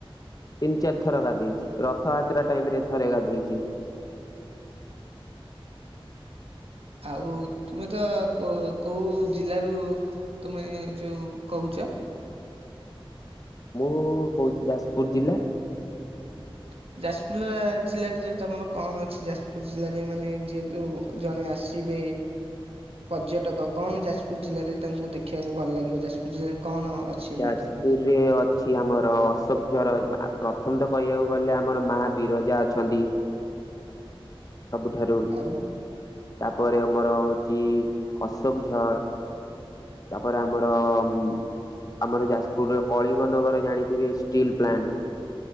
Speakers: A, on the left (about 40°); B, on the right (about 80°).
A: ତିନି ଚାରି ଥର ଗାଧେଇଛି ରଥଯାତ୍ରା ଟାଇମ ରେ ଥରେ ଗାଧେଇଛି।
B: ଆଉ ତୁମେ ତ କୋଉ କୋଉ ଜିଲ୍ଲାରୁ ତୁମେ ଯୋଉ କହୁ ଚ।
A: ମୁଁ କହୁଛି ଯାଜପୁର ଜିଲ୍ଲା।
B: ହ ଯାଜପୁର ଲା ଜିଲ୍ଲାରେ ସେଠି ତମର କଣ ଅଛି ଯାଜପୁର ଜିଲ୍ଲାରେ ମାନେ ଯେହେତୁ ଜଣେ ଆସ ଥିବେ। ପର୍ଯ୍ୟଟକ କଣ ଯାଜପୁର ଜିଲ୍ଲାରେ ତାଙ୍କୁ ଦେଖିବାକୁ ଭଲ ଲାଗିବ ଯାଜପୁର ଜିଲ୍ଲାରେ କଣ? ଅଛି ଏମିତି?
A: ଯାଜପୁରରେ ଅଛି ଆମର ଅଶୋକ ଝର ମା ପ୍ରଥମ ତ କହିବାକୁ ଗଲେ ଆମର ମା ବିରଜା ଅଛନ୍ତି। ସବୁଠାରୁ।
B: ଆଉ
A: ତାପରେ ଆମର ହଉଚି ଅଶୋକ ଝର। ତାପରେ ଆମର ଉଁ। ଆମର ଯାଜପୁରରେ କଳିଙ୍ଗ ନଗର ଜାଣିଥିବେ ଷ୍ଟିଲ୍ ପ୍ଲାଣ୍ଟ।